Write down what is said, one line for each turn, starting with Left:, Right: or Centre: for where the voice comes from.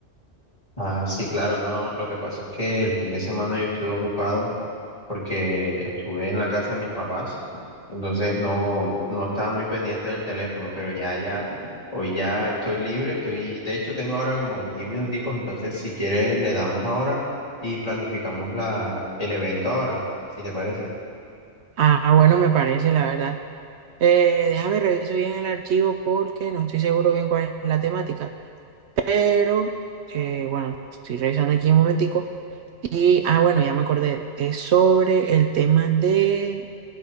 Left: Ah, sí, claro, no. Lo que pasa es que el fin de semana yo estuve ocupado porque estuve en la casa de mis papás, entonces no, no estaba muy pendiente del teléfono, pero ya, ya, hoy ya estoy libre, estoy, de hecho tengo ahora como 10 minuticos, entonces si quieres le damos ahora y planificamos la, el evento ahora, si te parece.
Right: Ah, bueno, me parece, la verdad. Eh, déjame reviso bien el archivo porque no estoy seguro bien cuál es la temática. Pero, eh, bueno, estoy revisando aquí un momentico. Y, ah, bueno, ya me acordé. Es sobre el tema de